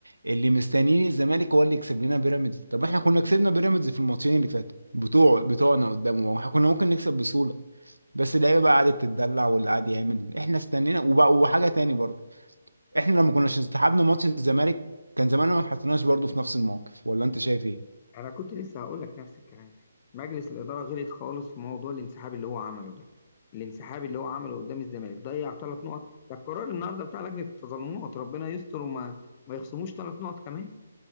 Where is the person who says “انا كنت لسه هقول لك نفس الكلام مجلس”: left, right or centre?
Left